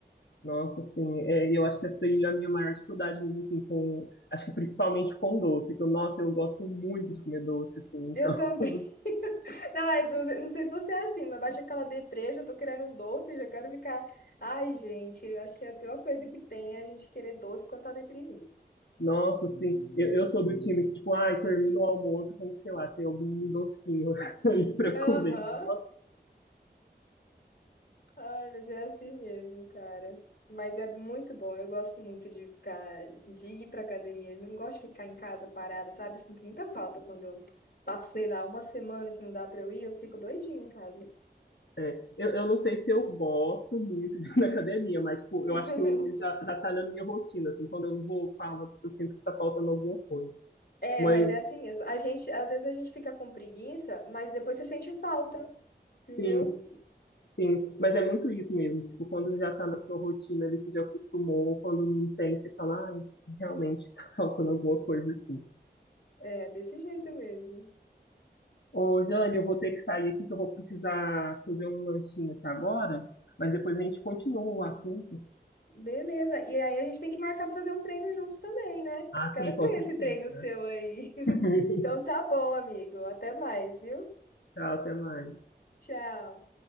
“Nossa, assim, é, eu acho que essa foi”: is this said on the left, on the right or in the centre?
Left